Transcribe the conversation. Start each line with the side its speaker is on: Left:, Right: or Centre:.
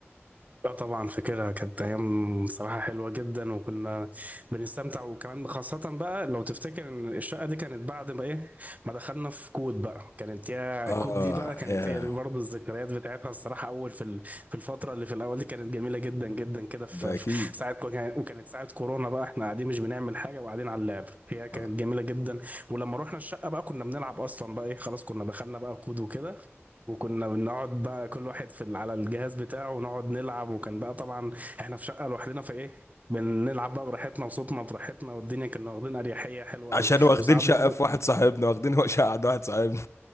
Right: لا طبعا فاكرها كانت ايام صراحه حلوه جدا وكنا بنستمتع وكمان خاصه بقى لو تفتكر ان الشقه دي كانت بعد ما ايه ما دخلنا في كود بقى كانت يا
Left: اه
Right: كود دي بقى كانت
Left: يا
Right: هي برضه الذكريات بتاعتها الصراحه اول في ال- في الفتره اللي في الاول دي كانت جميله جدا جدا كده في
Left: ده
Right: في
Left: اكيد
Right: ساعه كو- كان- وكانت ساعه كورونا بقى احنا قاعدين مش بنعمل حاجه وقاعدين على اللعب هي كانت
Left: آه.
Right: جميله جدا ولما رحنا الشقه بقى كنا بنلعب اصلا بقى ايه خلاص كنا دخلنا بقى كود وكده وكنا بنقعد بقى كل واحد في ال- على الجهاز بتاعه ونقعد نلعب وكان بقى طبعا احنا في شقة لوحدنا فايه بنلعب بقى براحتنا وصوتنا براحتنا والدنيا كنا واخدين اريحية حلوة
Left: عشان
Right: قوي
Left: واخدين
Right: وساعات
Left: شقة
Right: برضو
Left: في واحد صاحبنا واخدين شقة عند واحد صاحبنا